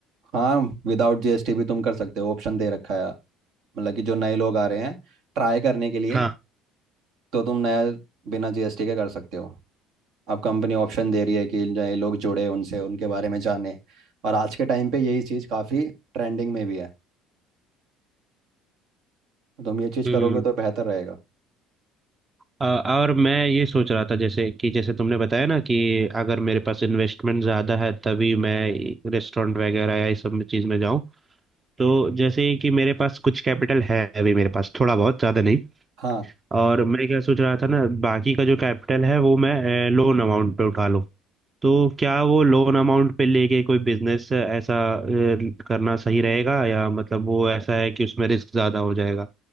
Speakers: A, on the right; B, on the right.
A: हाँ विदाउट जीएसटी भी तुम कर सकते हो ऑप्शन दे रखा है मतलब कि जो नए लोग आ रहे हैं ट्राई करने के लिए
B: हाँ
A: तो तुम नया बिना जीएसटी के कर सकते हो अब कंपनी ऑप्शन दे रही है कि नए लोग जुड़े उनसे उनके बारे में जाने और आज के टाइम पे यही चीज़ काफ़ी ट्रेंडिंग में भी है तुम ये चीज़
B: हम्म
A: करोगे तो बेहतर रहेगा
B: अ, और मैं ये सोच रहा था जैसे कि जैसे तुमने बताया ना कि अगर मेरे पास इन्वेस्टमेंट ज़्यादा है तभी मैं रेस्टोरेंट वगैरह या इस सब में चीज़ में जाऊं तो जैसे कि मेरे पास कुछ कैपिटल है अभी मेरे पास थोड़ा बहुत ज़्यादा नहीं
A: हाँ
B: और मैं क्या सोच रहा था ना बाकी का जो कैपिटल है वो मैं लोन अमाउंट पे उठा लूं तो क्या वो लोन अमाउंट पे लेके कोई बिजनेस ऐसा अ, करना सही रहेगा या मतलब वो ऐसा है कि उसमें रिस्क ज्यादा हो जाएगा